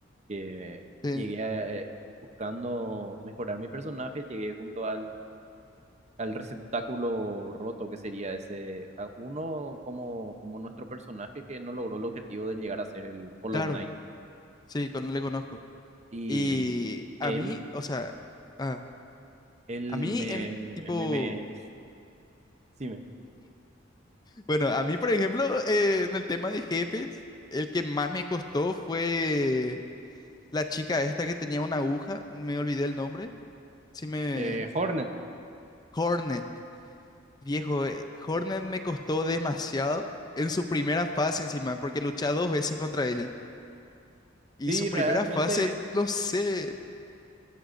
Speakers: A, on the right (about 35°); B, on the left (about 20°).
A: que
B: sí,
A: llegué a, eh, buscando mejorar mi personaje, llegué junto al, al receptáculo roto, que sería ese, a uno como, como nuestro personaje que no logró el objetivo de llegar a ser el Hollow
B: claro,
A: Knight.
B: sí, con- le conozco.
A: Y
B: Y a
A: él,
B: mí, o sea, ah,
A: él
B: a mí
A: me,
B: en tipo,
A: me, me Decime.
B: bueno, a mí, por ejemplo, eh, en el tema de jefes, el que más me costó fue la chica esta que tenía una aguja, me olvidé el nombre, sí me...
A: Eh, Hornet,
B: Hornet, viejo, eh, Hornet me costó demasiado en su primera fase encima, porque luché dos veces contra ella. Y
A: sí,
B: su
A: realmente,
B: primera fase, no sé,